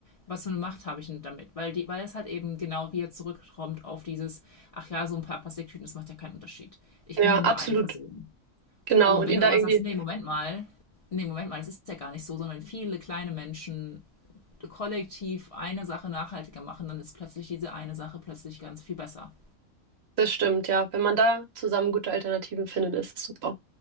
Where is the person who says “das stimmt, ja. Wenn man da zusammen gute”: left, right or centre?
Right